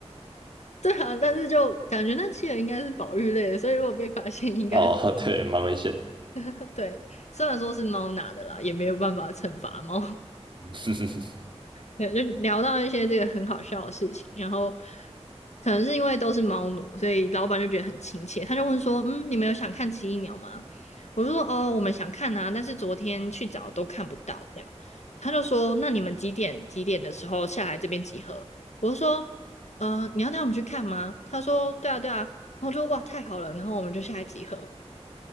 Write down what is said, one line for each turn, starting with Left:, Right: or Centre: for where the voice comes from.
Left: 对啊，但是就感觉那企鹅应该是保育类的，所以如果被发现，应该
Right: 哦，<laughs> 对，蛮危险的，
Left: <laughs> 对。虽然说是猫拿的啦，也没有办法惩罚猫。
Right: <laughs>
Left: 对，就聊到一些这个很好笑的事情，然后可能是因为都是猫奴，所以老板就觉得很亲切，他就问说：“嗯，你们有想看奇异鸟吗？”我就说：“哦，我们想看啊，但是昨天去找都看不到。”这样，他就说：“那你们几点几点的时候下来这边集合？”我就说：“呃，你要带我们去看吗？”他说：“对啊，对啊。”然后我就哇，太好了，然后我们就下来集合。